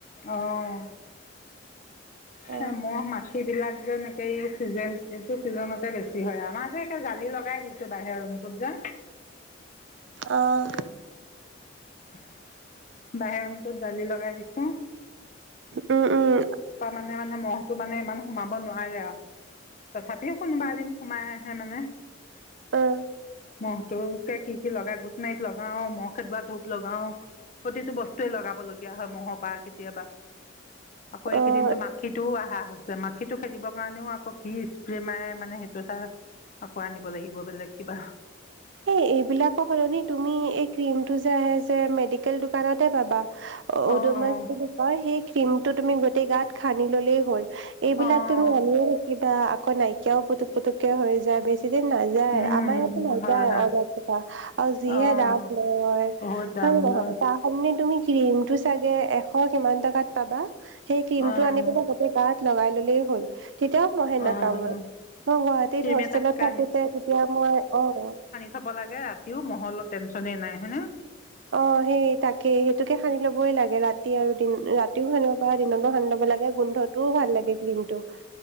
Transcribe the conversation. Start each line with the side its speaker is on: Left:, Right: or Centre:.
Left: অঁ
Right: অ
Left: সেই মহ মাখিবিলাক যেন একে এই চিজন এইটো চিজনতে বেছি হয়, আমাৰ যে একে জালি লগাই দিছোঁ বাহিৰৰ ৰুমটোত যে।
Right: অঁ।
Left: <inaudible> বাহিৰৰ ৰূমটোত জালি লগাই দিছো।
Right: উম- উম।
Left: মানে মানে মহটো মানে ইমান সোমাব নোৱাৰে আৰু। তথাপিও কোনোবা এদিন সোমাই আহ হে মানে।
Right: অঁ।
Left: <unintelligible> কি- কি লগাই গুড নাইট লগাও ম কেতিয়াবা ধূপ লগাও, প্ৰতিটো বস্তুৱে লগাব লগীয়া হয় মহ'ৰ পাৰ কেতিয়াবা।
Right: অ
Left: আকৌ এই কেইদিনটো মাখিটোও আহ - হা হৈছে মাখিটো খেদিবৰ কাৰণেও আকৌ কি স্প্ৰে মাৰে মানে সেইটো এটা আকৌ আনিব লাগিব বেলেগ কিবা।
Right: এ এইবিলাকৰ হলনি তুমি এই ক্ৰিম টো যে আহে যে মেডিকেল দোকানতে পাবা। ওদোমছ
Left: অঁ অঁ
Right: বুলি কয় সেই ক্ৰীমটো তুমি গোটেই গাত সানি ল'লেই হ'ল। এইবিলাক
Left: অঁ
Right: তুমি আনিয়ে নেকি বা আকৌ নাইকিয়াও পুক পুটুকে হৈ যায় বেছ বেছি দিন নাযায়
Left: উম
Right: আমাৰ ইয়াতে নাই
Left: হয়
Right: যায়,
Left: হয়
Right: অলআউট কেইটা আৰু যিহে
Left: অঁ
Right: দাম লয়
Left: বহুত দাম
Right: হয় নহয়,
Left: লয়
Right: তাৰ সলনি তুমি ক্ৰীমতটো চাগে এশ কিমান টকাত পাবা। সেই ক্ৰীম
Left: অঁ
Right: টো আনি পেলাই গোটেই গাত লগাই ললেই হ'ল। তেতিয়াও মহে নাকামৰে
Left: অঁ
Right: মই গুৱাহাটীত
Left: ক্ৰীম
Right: হোষ্টেলত
Left: এটাকে
Right: থাকোতে তেতিয়া মই অহ
Left: চাব লাগে ৰাতিও মহৰ অলপ টেনচনে নাই হয়ে নে।
Right: অহ ', সেই তাকেই সেইটোকে সানি লবই লাগে ৰাতি আৰু দিন ৰাতিও সানিব পাৰ দিনতো সানি ল'ব লাগে গোন্ধটোও ভাল লাগে ক্ৰীমটো।